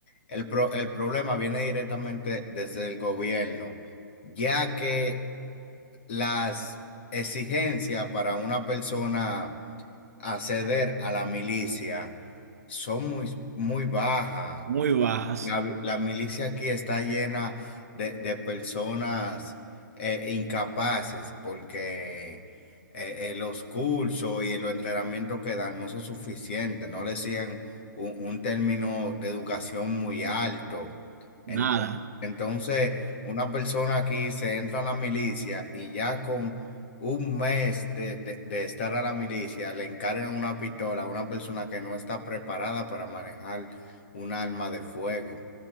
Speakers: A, on the left; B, on the right.
A: El, pro- el problema viene directamente desde el gobierno, ya que las exigencias para una persona acceder a la milicia son muy, muy bajas.
B: Muy bajas,
A: La, la milicia aquí está llena de, de personas eh, incapaces porque eh, eh, los cursos y los entrenamientos que dan no son suficientes, no le siguen un, un término de educación muy alto. En-
B: nada.
A: Entonces, una persona aquí se entra a la milicia y ya con un mes de, de de estar a la milicia le encargan una pistola a una persona que no está preparada para manejar un arma de fuego.